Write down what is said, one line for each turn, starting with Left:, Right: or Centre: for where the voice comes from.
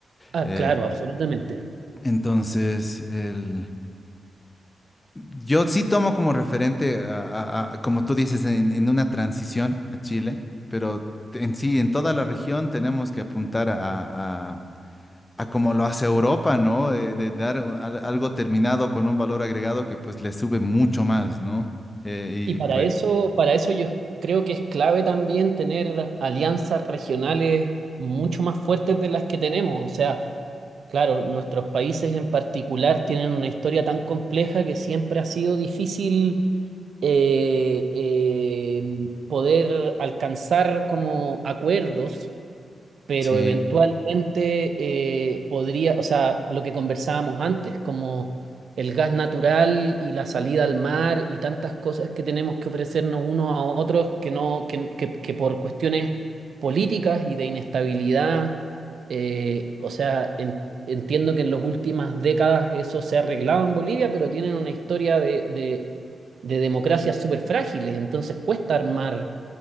Right: Ah,
Left: Eh,
Right: claro, absolutamente.
Left: entonces, el... Yo sí tomo como referente, a- a- a- como tú dices, en, en una transición a Chile, pero en sí, en toda la región tenemos que apuntar a a como lo hace Europa, ¿no? Eh, de dar al- algo terminado con un valor agregado que pues le sube mucho más, ¿no? Eh,
Right: Y para
Left: y pues
Right: eso, para eso yo creo que es clave también tener alianzas regionales mucho más fuertes de las que tenemos. O sea, claro, nuestros países en particular tienen una historia tan compleja que siempre ha sido difícil eh, eh, poder alcanzar como acuerdos pero
Left: sí,
Right: eventualmente eh, podría, o sea, lo que conversábamos antes, como el gas natural y la salida al mar y tantas cosas que tenemos que ofrecernos unos a otros que no, que, que- que por cuestiones políticas y de inestabilidad, eh, o sea, en- entiendo que en las últimas décadas eso se ha arreglado en Bolivia, pero tienen una historia de, de, de democracias súper frágiles, entonces cuesta armar